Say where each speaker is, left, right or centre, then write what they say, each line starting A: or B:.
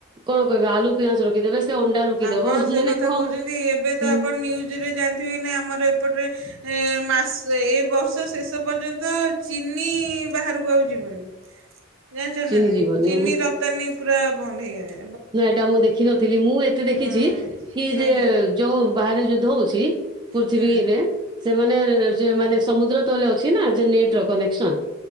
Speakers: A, on the right; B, on the right.
A: କଣ କହିବ ଆଲୁ ପିଆଜ ରଖିଦେବେ ସେ ଅଣ୍ଡା ରୋକିଦବ
B: ଆପଣ ସେ
A: ମାନେ
B: କଥା
A: କଣ
B: କହୁଛନ୍ତି। ଏବେ ତ
A: ହୁଁ
B: ଆପଣ ନ୍ୟୁଜରେ ଜାଣିଥିବେ ନା ଆମର ଏପଟରେ ଏଁ ମା ଏ ବର୍ଷ ଶେଷ ପର୍ଯ୍ୟନ୍ତ ଚିନି ଇ-ଇ ବାହାରକୁ ଆଉ ଯିବନି। ଜାଣିଛନ୍ତି
A: ଚିନି
B: ନା ନାଇଁ।
A: ଯିବନି
B: ଚିନି ରପ୍ତାନୀ ପୁରା ବନ୍ଦ ହେଇ ଗଲେ
A: ନାଁ ଏଇଟା ମୁଁ ଦେଖିନଥିଲି ମୁଁ ଏ ତି ଦେଖିଛି
B: ହଁ
A: କି ଯେ
B: ଆଜ୍ଞା
A: ଏ -ଏ ଯୋଉ ବାହାରେ ଯୁଦ୍ଧ ହଉଛି ପୃଥିବୀରେ।
B: ହୁଁ।
A: ସେମାନେ ଏ-ଏ ସେମାନେ ସମୁଦ୍ର ତଲେ ଅଛି ନା ଦ ନେଟ୍ ର କନେକ୍ସସନ୍